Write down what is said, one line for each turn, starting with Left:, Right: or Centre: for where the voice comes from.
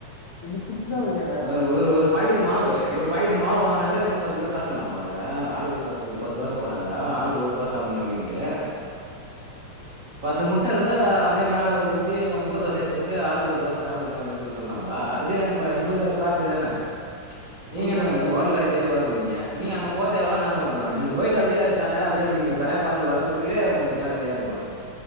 Left: இது புதுசா இருக்கே
Right: ஒரு ஒரு ஒரு பாக்கட்டு மாவு ஒரு பாக்கட்டு மாவு வாங்னாலே வந்து பத்து பேரு சாப்டுர்லாபா அதுல ஆளுக்கொரு பத்து பத்தோச போட்டாக்கா ஆள்கு ஒரு ஒரு தோச சாப்டுங்க அப்டின்ட்டு பத்து முட்டருந்தா அப்டியே மேல ஊத் தி முட்ட தோசையா போட்டு ஆளுக்கொரு தோச சாப்டுங்க அப்டின்சொல்லி சொல்லாம்ப்பா அதுலியேம் அ எங்ளுக்கு அதுல ப்ராஃபிட் தான நீங்க
Left: உண்மதான
Right: என்ன நீங்க
Left: உண்மதான
Right: ஓட்லு கடய தேடி ஓட போறீங்க நீங்க அங்க போதேவல்ல நாங்க சொல்றே நீங்க போயிட்டு அப்டே காத்தால அப்டே இப்டி நீங் பெராக்கு பாத்துட்டு வரது த்துக்குள்ளயே உங்ளுக்கெல்லா ரெடியாருக்கு